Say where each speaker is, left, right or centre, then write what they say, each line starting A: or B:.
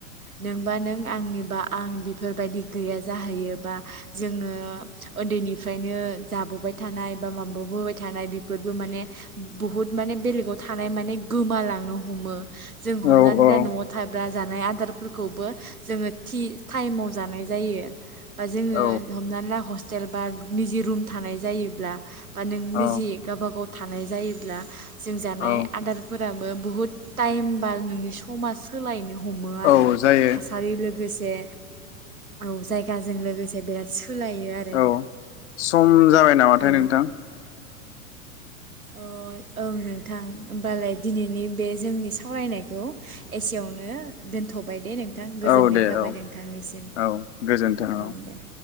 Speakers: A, on the right (about 85°); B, on the left (about 55°).
A: नोंबा नों आंनिबा आं बेफोरबायदि गैया जाहैयोबा जोंङो उन्दै निफ्रायनो जाबोबाय थानाय बा माबाबोबाय थानाय बेफोरबो माने बहुद माने बेलेगाव थानाय माने गोमालांनो हमो। जों हमनानै
B: औ
A: दा
B: औ
A: न आव थाब्रा जानाय आदारफोरखौबो जोंङो थि ताइमाव जानाय जायो। बा जोंङो
B: औ
A: हमनानै ला हस हटेल बा निजि रुम थानाय जायोब्ला बा नों
B: औ
A: निजि गावबा गाव थानाय जायोब्ला जों जानाय
B: औ
A: आदारफोराबो बुहुद टाइमबा नोंनि समा सोलायनो हमो आरो
B: औ जायो
A: थासारि लोगोस दे। औ जायगाजों लोगोसे बिराद सोलायो आरो
B: औ सम जाबाय नामाथाय
A: औ
B: नोंथां।
A: अ ओं नोंथां होमबालाय दिनैनि बे जोंनि सावरायनायखौ एसेयावनो दोनथ बाय दे नों नोंथां गोजोननाय
B: औ दे
A: थाबाय
B: औ
A: नोंथांनिसिम
B: औ गोजोन्थों
A: औ दे।